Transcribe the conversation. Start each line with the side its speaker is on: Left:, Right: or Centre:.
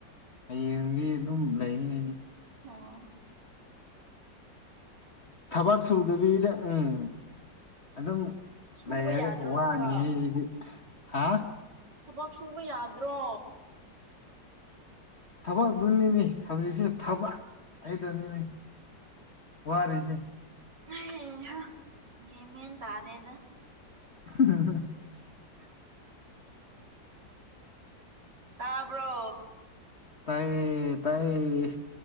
Left: ꯍꯌꯦꯡꯗꯤ ꯑꯗꯨꯝ ꯂꯩꯅꯤ ꯑꯩꯗꯤ
Right: ꯑꯣ
Left: ꯊꯕꯛ ꯁꯨꯗꯕꯤꯗ ꯎꯝ ꯑꯗꯨꯝ
Right: ꯁꯨꯕ
Left: ꯂꯩꯔꯒ
Right: ꯌꯥꯗ꯭ꯔꯣ
Left: ꯋꯥꯅꯤꯍꯦ
Right: ꯊꯕꯛ
Left: ꯖꯤꯗꯤ ꯍꯥ
Right: ꯊꯕꯛ ꯁꯨꯕ ꯌꯥꯗ꯭ꯔꯣ
Left: ꯊꯕꯛꯇꯨꯅꯤꯅꯦ ꯍꯧꯖꯤꯛꯁꯦ ꯊꯕꯛ ꯍꯥꯏꯗꯨꯅꯤꯅꯦ ꯋꯥꯔꯤꯖꯦ
Right: ꯍꯩꯍꯥ ꯒ꯭ꯌꯃꯦꯟ ꯇꯥꯗꯦꯗ
Left: <unintelligible>
Right: ꯇꯥꯕ꯭ꯔꯣ
Left: ꯇꯥꯏꯌꯦ ꯇꯥꯏꯌꯦ